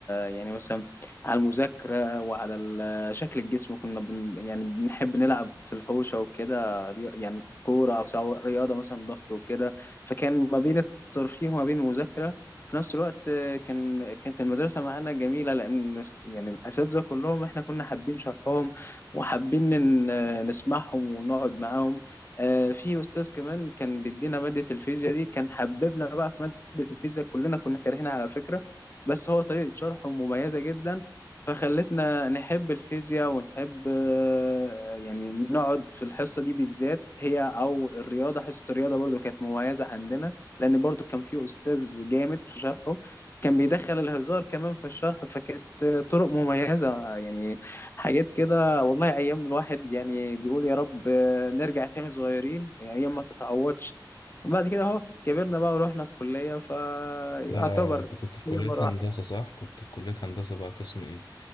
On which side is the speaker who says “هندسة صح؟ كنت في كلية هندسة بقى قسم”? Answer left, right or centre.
Left